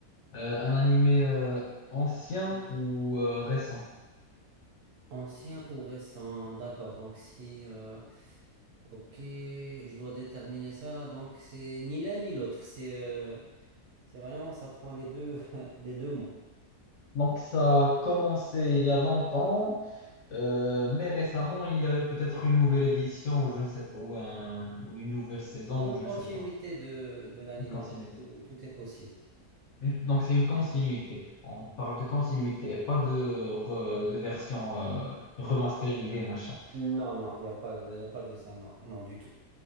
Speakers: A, on the left (about 60°); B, on the right (about 65°).
A: Euh, un animé euh, ancien ou euh, récent?
B: Ancien ou récent, d'accord. Donc si, euh, ok, je dois déterminer ça. Donc c'est ni l'un ni l'autre. C'est, euh, c'est vraiment, ça prend les deux, <laughs> les deux mots.
A: Donc, ça a commencé il y a longtemps. Euh, mais récemment, il y a eu peut-être une nouvelle édition ou je ne sais pas, ou, un- ou une nouvelle saison
B: Ou une
A: ou je
B: continuité
A: ne sais pas.
B: de, de l'anime.
A: Une continuité.
B: Donc tout, tout est possible.
A: Une- donc c'est une continuité. On parle de continuité et pas de, re- de version euh, remasterisée, machin.
B: Non, non, il n'y a pas, il a pas de ça. Non, non, du tout.